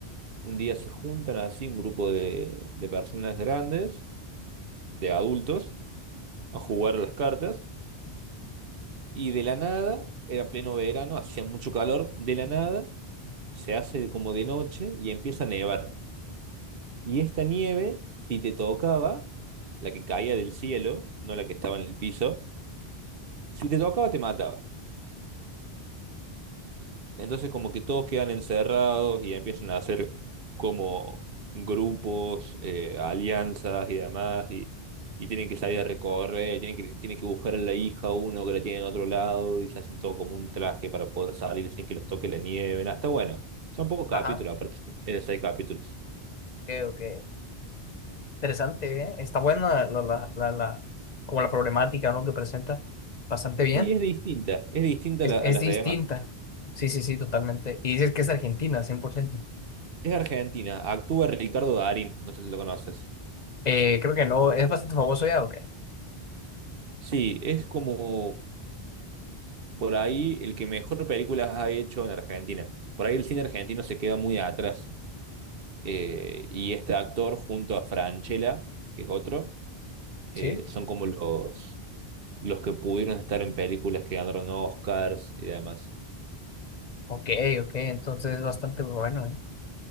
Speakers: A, on the right; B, on the left.
A: un día se juntan así un grupo de, de personas grandes, de adultos, a jugar a las cartas. Y de la nada, era pleno verano, hacía mucho calor, de la nada se hace como de noche y empieza a nevar. Y esta nieve, si te tocaba, la que caía del cielo, no la que estaba en el piso, si te tocaba te mataba. Entonces como que todos quedan encerrados y empiezan a hacer como grupos, eh, alianzas y demás, y, y tienen que salir a recorrer, tienen que, tienen que buscar a la hija uno que la tiene en otro lado y se hacen todo como un traje para poder salir sin que los toque la nieve. Nada, Está bueno. Son pocos capítulos,
B: Ajá,
A: aparte, es de seis capítulos.
B: ok, ok. Interesante, ¿eh? Está buena la, la, la, la- como la problemática, ¿no? Que presenta. Bastante bien.
A: Sí, es distinta, es distinta
B: Es,
A: a, la- a
B: es
A: las
B: distinta.
A: demás.
B: Sí, sí, sí, totalmente. Y dices que es Argentina, 100%.
A: Es Argentina, actúa Ricardo Darín, no sé si lo conoces.
B: Eh, creo que no. ¿Es bastante famoso ya o qué?
A: Sí, es como por ahí el que mejor películas ha hecho en Argentina. Por ahí el cine argentino se queda muy atrás. Eh, y este actor junto a Francella, que es otro, eh,
B: Sí.
A: son como los, los que pudieron estar en películas que ganaron Oscars y demás.
B: Ok, ok. Entonces es bastante bueno, ¿eh?